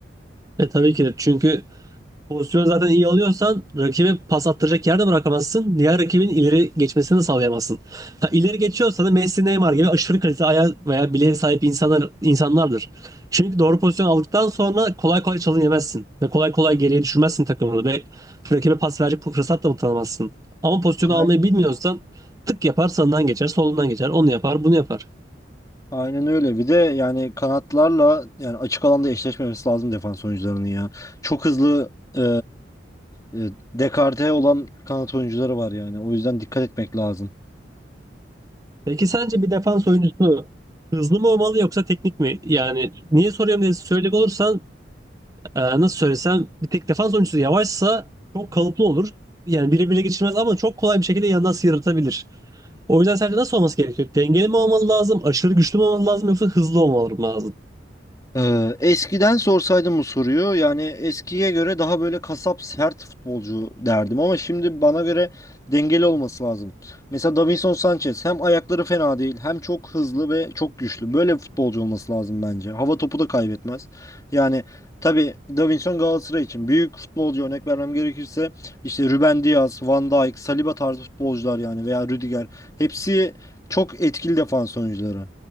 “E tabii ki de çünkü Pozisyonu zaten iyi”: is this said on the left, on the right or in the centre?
Right